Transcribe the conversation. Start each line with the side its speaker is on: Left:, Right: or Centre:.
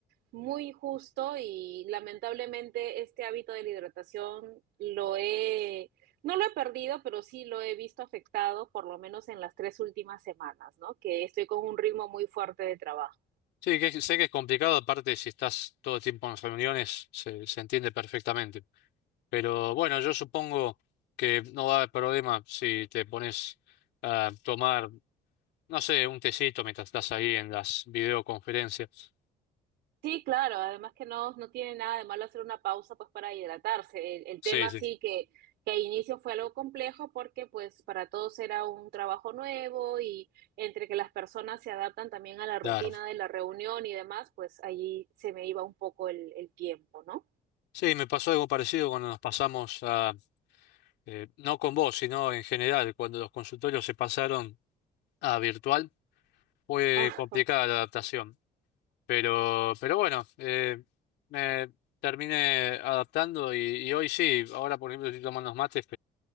Right: muy justo y lamentablemente este hábito de la hidratación lo he, no lo he perdido, pero sí lo he visto afectado por lo menos en las tres últimas semanas, ¿no? Que estoy con un ritmo muy fuerte de trabajo.
Left: Sí, que, sé que es complicado, aparte si estás todo el tiempo en reuniones, se, se entiende perfectamente. Pero bueno, yo supongo que no va a haber problema si te pones a tomar, no sé, un tecito mientras estás ahí en las videoconferencias.
Right: Sí, claro, además que no, no tiene nada de malo hacer una pausa pues para hidratarse. El, el
Left: Sí,
Right: tema
Left: sí,
Right: sí que, que al inicio fue algo complejo porque pues para todos era un trabajo nuevo y entre que las personas se adaptan también a la
Left: claro.
Right: rutina de la reunión y demás, pues allí se me iba un poco el, el tiempo, ¿no?
Left: Sí, me pasó algo parecido cuando nos pasamos a, eh, no con vos, sino en general, cuando los consultorios se pasaron a virtual, fue
Right: <laughs>
Left: complicada la adaptación. Pero, pero bueno, eh, me terminé adaptando y, y hoy sí, ahora por ejemplo estoy tomando unos mates,